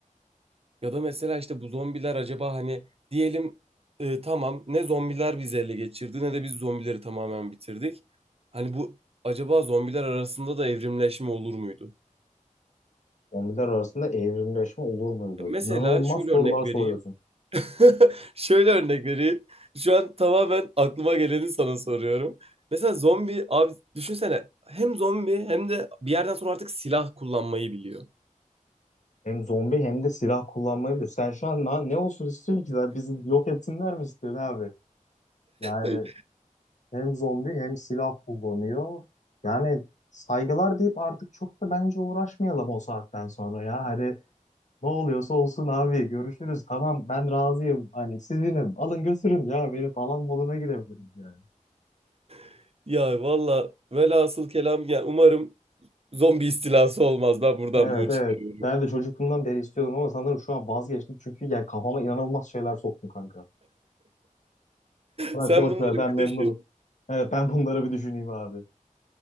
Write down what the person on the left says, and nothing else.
Zombiler arasında evrimleşme olur muydu?
İnanılmaz
sorular
soruyorsun.
Hem zombi hem de silah kullanmayı biliyor. Sen şu an na- ne olsun istiyorsun ki? Sen bizi yok etsinler mi istiyorsun abi? Yani
hem zombi hem silah kullanıyor. Yani saygılar deyip artık çok da bence uğraşmayalım o saatten sonra ya. Hani ne oluyorsa olsun abi görüşürüz. Tamam ben razıyım. Hani sizinim. Alın götürün ya. Beni falan moduna girebiliriz yani.
Evet
evet.
Ben de çocukluğumdan beri istiyordum ama sanırım şu an vazgeçtim. Çünkü yani kafama inanılmaz şeyler soktun kanka. Bırak
boş
ver ben
memnunum.
Evet ben bunları bir düşüneyim abi. <laughs>